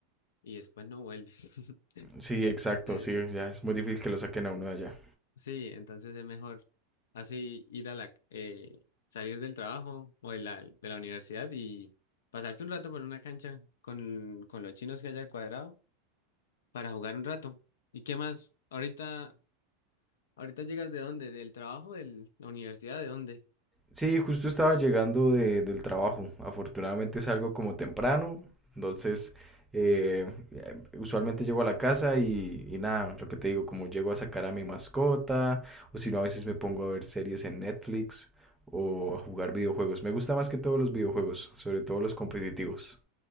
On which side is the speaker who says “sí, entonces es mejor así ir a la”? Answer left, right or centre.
Left